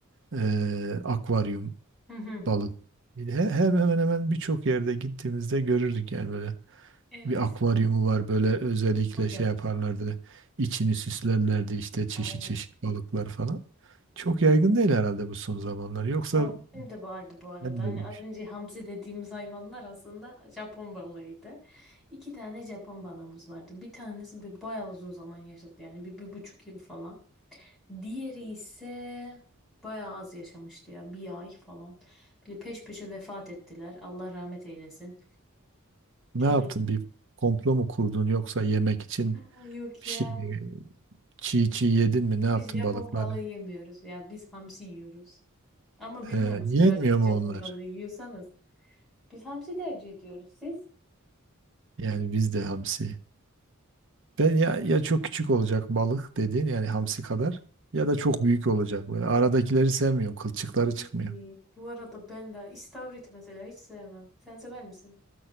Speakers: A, on the right; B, in the centre.
A: Ee, akvaryum,
B: Hı hı.
A: balık. He- Hem hemen hemen birçok yerde gittiğimizde görürdük yani böyle
B: Evet.
A: bir akvaryumu var böyle özellikle
B: Hocam.
A: şey yaparlardı. İçini süslerlerdi işte çeşit
B: Aynen.
A: çeşit balıklar falan. Çok yaygın değil herhalde bu son zamanlar. Yoksa
B: Ya benim de vardı bu arada.
A: ben
B: Hani
A: böyle
B: az
A: bir şey-
B: önce hamsi dediğimiz hayvanlar aslında Japon balığıydı. İki tane Japon balığımız vardı. Bir tanesi bir bayağı uzun zaman yaşadı yani bir, bir buçuk yıl falan. Diğeri ise bayağı az yaşamıştı ya bir ay falan. Böyle peş peşe vefat ettiler. Allah rahmet eylesin.
A: Ne
B: Çok
A: yaptın? Bir komplo mu kurdun yoksa yemek için
B: üzüldüm. Yok
A: bir
B: ya
A: şey mi? Çiğ çiğ yedin mi? Ne yaptın
B: biz Japon
A: balıkları?
B: balığı yemiyoruz ya biz hamsi yiyoruz. Ama bilmem
A: He,
B: siz
A: yenmiyor
B: artık
A: mu
B: Japon
A: onlar?
B: balığı yiyorsanız. Biz hamsi tercih ediyoruz siz.
A: Yani bizde hamsi. Ben ya, ya çok küçük olacak balık dediğin yani hamsi kadar ya da çok büyük olacak. Böyle aradakileri sevmiyorum. Kılçıkları
B: Peki,
A: çıkmıyor.
B: Bu arada ben de istavrit mesela hiç sevmem. Sen sever misin?